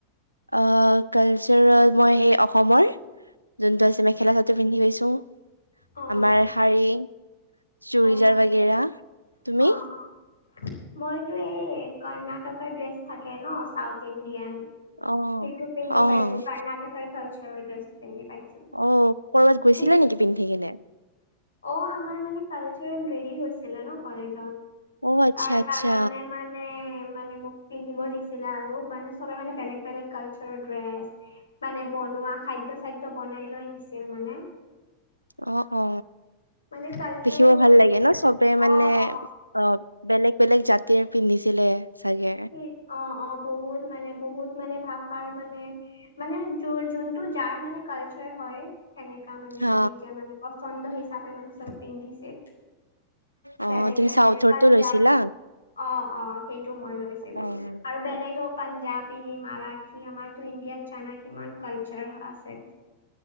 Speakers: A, on the right (about 90°); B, on the left (about 75°).
A: অ কালচাৰলত মই সেই অসমৰ যোনটো আছে মেখেলা চাদৰ পিন্ধি পাইছো
B: অ',
A: আমাৰ শাৰী চুৰিজাৰ
B: অ',
A: বাগেৰা তুমি
B: অ', অ'। মইতো এই কৰ্ণাটকৰ ড্ৰেছ থাকে ন চাউথ ইণ্ডিয়ান
A: অ',
B: সেইটো পিন্ধি
A: অ',
B: পাইছো কৰ্ণাটকৰ কালচাৰ ড্ৰেছটো পিন্ধি পাইছো
A: অ কৰ'বাত গৈছিলে
B: সেই
A: নেকি পিন্ধি কিনে
B: অ আমাৰ মানে কালচাৰেল ৰেলী হৈছিলে ন কলেজত
A: অ', আচ্ছা
B: তাৰকাৰণে
A: আচ্ছা
B: মানে মানে মানে মোক পিন্ধিব দিছিলে আৰু মানে চবে মানে বেলেগ বেলেগ কালচাৰৰ ড্ৰেছ মানে বনোৱা খাদ্য চাদ্য বনাই লৈ আহিছিল মানে
A: অ অ
B: মানে কালচাৰৰ
A: দেখিব
B: ওপৰত
A: ভাল লাগে ন চবে
B: অ
A: মানে
B: অ
A: অ বেলেগ বেলেগ জাতিয়ে পিন্ধিছিলে চাগে
B: সেই অ অ বহুত মানে বহুত মানে ভাষাৰ মানে। মানে য যোনটো যাৰ মানে কালচাৰ। হয় সেনেকা মানে
A: হা।
B: নিজে মানে পচন্দ হিচাপে মানে চব পিন্ধিছে।
A: অ',
B: বেলেগ
A: তুমি
B: বেলেগ
A: চাউথৰটো
B: পাঞ্জাৱ।
A: লৈছিলা?
B: অ অ সেইটো মই লৈছিলো
A: অ'।
B: আৰু বেলেগক। পাঞ্জাবী মাৰাঠী আমাৰতো ইণ্ডিয়াত জানা কিমান কালচাৰ আছে।